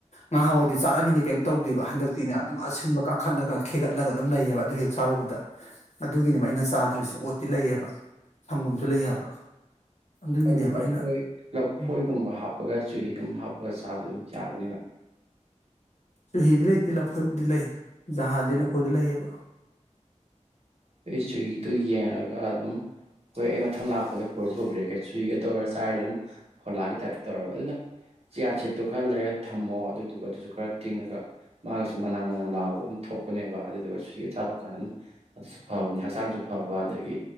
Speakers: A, on the left (about 60°); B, on the right (about 55°).
A: ꯉꯥꯍꯥꯋꯥꯏꯗꯤ ꯆꯥꯔꯝꯃꯤꯅꯤ ꯀꯩꯝ ꯇꯧꯗꯦꯕ ꯍꯟꯗꯛꯇꯤꯅꯦ ꯑꯗꯨꯝ ꯑꯁꯤꯟꯕ ꯀꯥꯈꯠꯂꯒ ꯈꯦꯒꯠꯂꯒ ꯑꯗꯨꯝ ꯂꯩꯌꯦꯕ ꯑꯗꯨ ꯍꯦꯛ ꯆꯥꯔꯨꯕꯗ ꯑꯗꯨꯒꯤꯅꯦꯕ ꯑꯩꯅ ꯆꯥꯗ꯭ꯔꯤꯁꯦ ꯑꯣꯠꯇꯤ ꯂꯩꯌꯦꯕ ꯁꯪꯒꯣꯝꯁꯨ ꯂꯩ ꯍꯥꯏꯕ ꯑꯗꯨꯒꯤꯅꯦꯕ
B: ꯑꯗꯨ ꯂꯐꯣꯏ
A: ꯑꯩꯅ
B: ꯂꯐꯣꯏꯒꯨꯝꯕ
A: ꯎꯝ
B: ꯍꯥꯞꯄꯒ ꯆꯨꯍꯤꯒꯨꯝꯕ ꯍꯥꯞꯄꯒ ꯆꯥꯕ ꯑꯗꯨꯝ ꯌꯥꯔꯅꯤꯅ
A: ꯆꯨꯍꯤꯗꯤ ꯂꯩꯇꯦ ꯂꯐꯣꯏꯕꯨꯗꯤ ꯂꯩ ꯖꯍꯥꯥꯖꯤ ꯂꯐꯣꯏꯗꯨ ꯂꯩꯌꯦꯕ
B: ꯑꯩ ꯆꯨꯍꯤꯗꯨ ꯌꯦꯡꯉꯒ ꯑꯗꯨꯝ ꯍꯣꯏ ꯑꯩ ꯃꯊꯪ ꯂꯥꯛꯄꯗ ꯄꯔꯖꯨ ꯄꯨꯕꯤꯔꯛꯀꯦ ꯆꯨꯏꯍꯤꯒ ꯇꯧꯔ ꯆꯥꯔꯗꯤ ꯑꯗꯨꯝ ꯐꯣꯂꯥꯒꯤ ꯇꯥꯏꯞꯇ ꯇꯧꯔꯒ ꯑꯗꯨ ꯅꯪ ꯆꯤꯌꯥ ꯁꯤꯠꯇꯣ ꯈꯔ ꯂꯩꯔ ꯊꯝꯃꯣ ꯑꯗꯨꯗꯨꯒ ꯑꯗꯨꯁꯨ ꯈꯔ ꯇꯤꯡꯉꯒ ꯃꯥꯒꯁꯨ ꯃꯅꯥꯟ ꯃꯅꯥꯟ ꯂꯥꯎꯕ ꯑꯃ ꯊꯣꯛꯄꯅꯦꯕ ꯑꯗꯨꯗꯨꯒ ꯆꯨꯏꯍꯤꯒ ꯆꯥꯕ ꯀꯥꯟꯗ ꯑꯗꯨꯝ ꯑꯗꯨꯁꯨ ꯐꯕꯅꯦ ꯍꯛꯆꯥꯡꯁꯨ ꯐꯕ ꯑꯗꯒꯤ